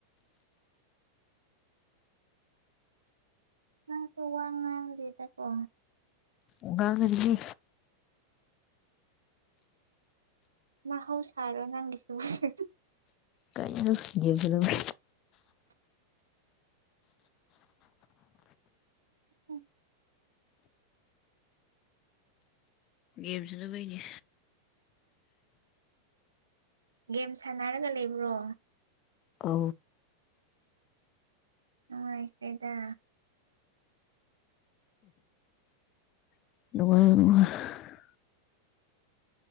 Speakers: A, on the right (about 75°); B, on the left (about 35°).
A: ꯅ ꯇ ꯋꯥꯉꯥꯡ ꯂꯤ ꯇꯀꯣ
B: ꯎꯒ ꯈꯒꯤ
A: ꯃꯍ ꯍꯥꯎ ꯁꯔꯣ ꯅꯪꯂꯤꯁꯁ
B: ꯀꯥꯏꯩꯅ ꯌꯦꯕꯤꯅꯕ
A: ꯎꯝ ꯎꯝ
B: ꯒꯦꯝ ꯁꯥꯅꯕꯅꯤ
A: ꯒꯦꯝ ꯁꯥꯟꯅꯔꯒ ꯂꯩꯕ꯭ꯔꯣ
B: ꯑ
A: ꯑ ꯍꯥꯏ꯭ꯔꯦꯗ
B: ꯑꯗꯨꯒꯣꯏ